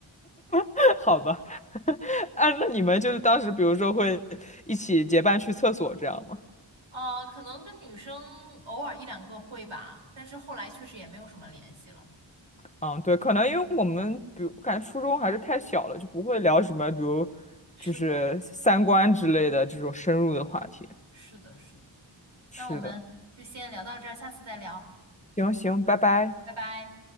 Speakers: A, on the left; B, on the right.
A: <laughs> 好吧？啊，那你们就是当时，比如说会一起结伴去厕所这样吗？
B: 呃，可能跟女生偶尔一两个会吧，但是后来确实也没有什么联系了。
A: 嗯，对，可能因为我们，比如感觉初中还是太小了，就不会聊什么，比如
B: 是的，
A: 就是三观之类的这种深入的话题。
B: 是的，是的。
A: 是的，
B: 那我们就先聊到这儿，下次再聊，
A: 行行，拜拜。
B: 拜拜。